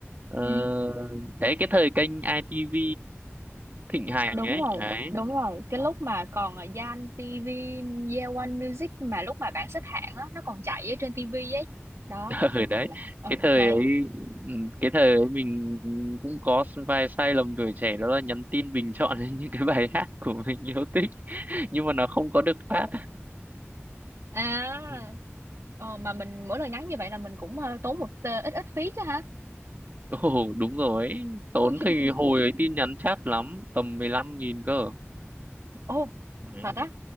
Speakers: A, on the right; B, on the right.
A: ờ,
B: ừ.
A: đấy cái thời kênh i ITV thịnh hành
B: đúng
A: ấy
B: rồi
A: đấy
B: đúng rồi cái
A: đó
B: lúc mà còn ở Zan TV Yeon Music mà lúc mà bảng xếp hạng á nó còn chạy ở trên TV ấy đó
A: <laughs> ừ đấy
B: là ờ
A: cái thời
B: đấy
A: ấy ừ, cái thời ấy mình cũng có vài sai lầm tuổi trẻ đó là nhắn tin bình chọn <laughs> lên những cái bài hát của mình yêu thích <laughs> nhưng mà nó không có được phát
B: à
A: Ừ.
B: ờ, mà mình mỗi lần nhắn như vậy là mình cũng ờ, tốn một ờ, ít ít phí chứ hả
A: ồ đúng rồi ấy. tốn
B: <laughs>
A: thì hồi ấy tin nhắn chat lắm tầm 15.000 cơ
B: ồ
A: Đấy.
B: thật á